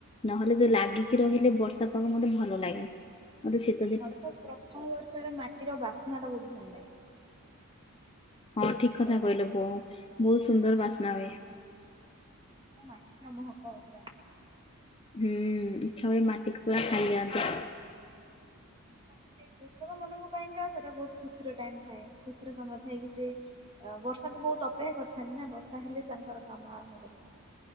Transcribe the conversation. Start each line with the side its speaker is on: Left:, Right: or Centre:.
Left: ନହେଲେ ଯୋଉ
Right: ହଁ
Left: ଲାଗିକି ରହିଲେ ବର୍ଷା ପାଗ ମତେ ଭଲ ଲାଗେ ମତେ ସେ
Right: ମୋତେ ତ ପ୍ରଥମ ବର୍ଷର ମାଟିର ବାସ୍ନା ଟା ବହୁତ ଭଲ ଲାଗେ।
Left: ହଁ ଠିକ କଥା
Right: ସେ
Left: କହିଲ ବୁ ବହୁତ ସୁନ୍ଦର ବାସ୍ନା ହୁଏ।
Right: ମାଟିର ମହକ ପୁରା।
Left: ଇଚ୍ଛା ହୁଏ ମାଟିକୁ ପୁରା ଖାଇଯାଆନ୍ତି।
Right: ଗୋଟେ କୃଷକ ମାନଙ୍କ ପାଇଁକା ସେଟା ବହୁତ ଖୁସି ର ଟାଇମ ଥାଏ ଖୁସିର ସମୟ ଥାଇକି ସେ ଅ ବର୍ଷାକୁ ବହୁତ ଅପେକ୍ଷା କରିଥାନ୍ତି ନା ବର୍ଷା ହେଲେ ତାଙ୍କର କାମ ଆରମ୍ଭ କରି।